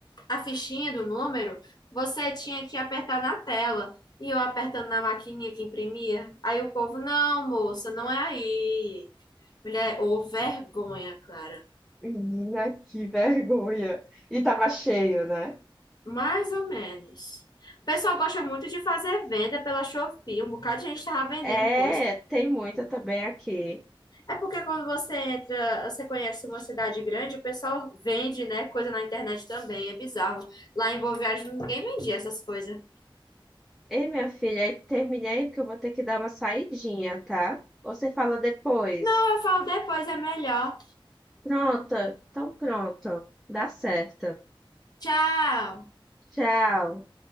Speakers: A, on the left; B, in the centre.
A: a fichinha do número, você tinha que apertar na tela. E eu apertando na maquininha que imprimia. Aí o povo, não, moça, não é aí. Mulher, ô vergonha, Clara.
B: Menina, que vergonha. E tava cheio, né?
A: Mais ou menos. O pessoal gosta muito de fazer venda pela Shopee. Um bocado de gente tava vendendo
B: É,
A: coisa.
B: tem muita também aqui.
A: É porque quando você entra, você conhece uma cidade grande, o pessoal vende, né, coisa na internet também. É bizarro. Lá em Boa Viagem ninguém vendia essas coisas.
B: Ei, minha filha, aí terminei aí porque eu vou ter que dar uma saidinha, tá? Você fala depois.
A: Então, Eu falo depois, é melhor.
B: Pronto, então pronto. Dá certo.
A: Tchau!
B: Tchau.